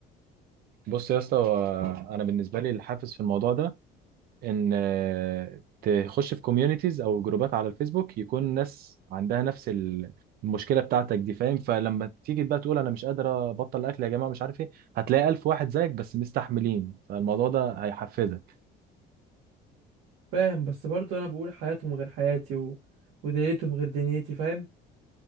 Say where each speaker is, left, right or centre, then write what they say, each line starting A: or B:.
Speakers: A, on the right; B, on the right.
A: بص يا اسطى هو انا بالنسبه لي الحافز في الموضوع ده ان آه، تخش في كوميونيتيز او جروبات على الفيسبوك يكون ناس عندها نفس ال- المشكله بتاعتك دي فاهم فلما تيجي بقى تقول انا مش قادر ابطل اكل يا جماعه مش عارف ايه هتلاقي الف واحد زيك بس مستحملين فالموضوع ده هيحفزك
B: فاهم بس برضو انا بقول حياتهم غير حياتي و... ودنيتهم غير دنيتي فاهم